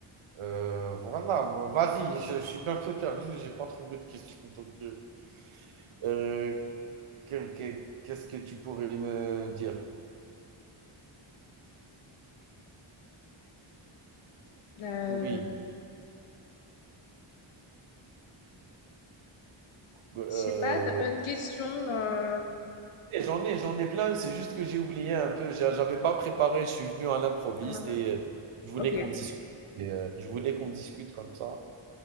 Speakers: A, on the right (about 75°); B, on the left (about 75°).
A: Euh, voilà, bon, vas-y, je, je suis un peu perdu, j'ai pas trouvé de question. Donc, euh, euh, qu'est-ce que tu pourrais me dire?
B: Euh,
A: Oui, euh,
B: je sais pas, t'as pas une question. euh,
A: j'en ai, j'en ai plein, c'est juste que j'ai oublié un peu. J'a- J'avais pas préparé, je suis venu à l'improviste
B: euh,
A: et euh, je voulais
B: ok. ok.
A: qu'on discute. et, euh, je voulais qu'on discute comme ça